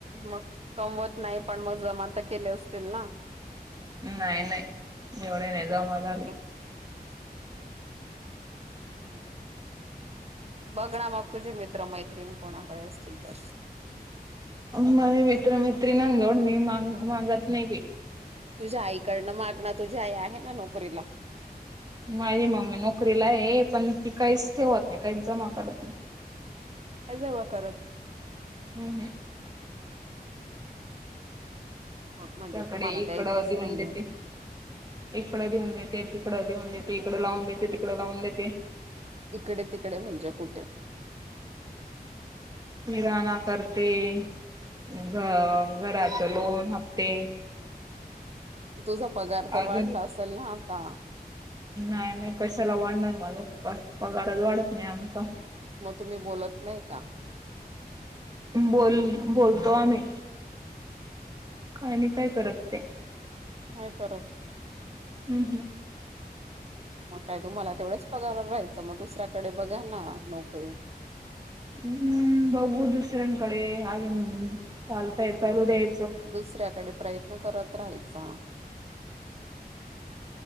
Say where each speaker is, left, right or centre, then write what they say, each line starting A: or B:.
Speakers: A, on the right; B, on the right.
A: मग कमवत नाही पण मग जमा तर केले असतील ना
B: नाही नाही एवढे नाही जमा झाले.
A: हम्म. बघ ना मग तुझे मित्र मैत्रिणी कोणाकडे असतील तर.
B: मझ मित्र मैत्रीनां जवळ मी माग मागत नाही.
A: तुझ्या आईकडनं माग न तुझी आई आहे ना नोकरीला.
B: माझी मम्मी नोकरीला आहे पण ती काहीच ठेवत नाही काहीच जमा करत नाही.
A: नाही जमा करत.
B: हम् हम.
A: मग म्हणजे
B: कडे
A: तुम्हाला
B: इकडं
A: द्यायचंच
B: देऊन
A: नाहीये
B: देते. इकड देऊन देते तिकड देऊन देते इकडे लावून देते तिकडें लावून देते.
A: इकडे तिकडे म्हणजे कुठे?
B: कीराणा करते घ घराच लोन हफ्ते.
A: तुझा पगार तर
B: अजून
A: वाढला असेल ना आता.
B: नाही नाही कशाला वाढणार माझा फक्का पगारच वाढत नाही आमचा.
A: मग तुम्ही बोलत नाही का?
B: बोल बोलतो आम्ही. का आणि काय करत ते.
A: नाही करत.
B: हम् हम.
A: मग काय तुम्हाला तेवढंच पगार राहायचं मग दुसऱ्याकडे बघा ना नोकरी.
B: हम्म बघू दुसर्यांन कडे अजून चालतंय चालू दे.
A: दुसऱ्याकडे प्रयत्न करत राहायचा.